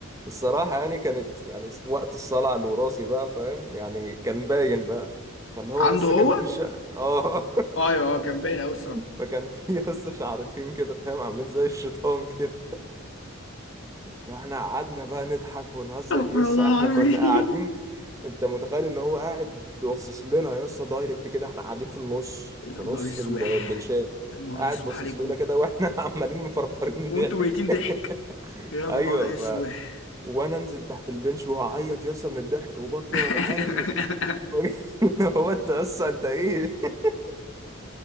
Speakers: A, on the right; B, on the left.
A: الصراحة يعني كانت يعني وقت الصلع الوراثي بقى فاهم يعني كان باين بقى فاللي هو
B: عنده
A: لسه
B: هو
A: كان في ش... اه
B: ايوه آه، كان باين قوي
A: <laughs> فكان في لسه شعرتين كده فاهم عاملين زي الشيطان كده فاحنا قعدنا بقى نضحك ونهزر
B: استغفر
A: يسا
B: الله
A: احنا
B: العظيم
A: كنا قاعدين انت متخيل ان هو قاعد بيبصص لنا يسا دايركت كده احنا قاعدين في النص
B: يا
A: في
B: نهار
A: نص
B: اسوح
A: البنشاء
B: يا نهار
A: قاعد
B: اسوح
A: باصص
B: عليكم
A: لنا كده واحنا <laughs> عمالين مفرفرين
B: وانتوا
A: ضحك
B: ميتين ضحك
A: <laughs>
B: يا
A: ايوه
B: نهار
A: ف
B: اسوح
A: وانا انزل تحت البنش وهعيط يسا من الضحك وبطني
B: <laughs>
A: وجعاني <laughs> هو انت يسا انت ايه <laughs>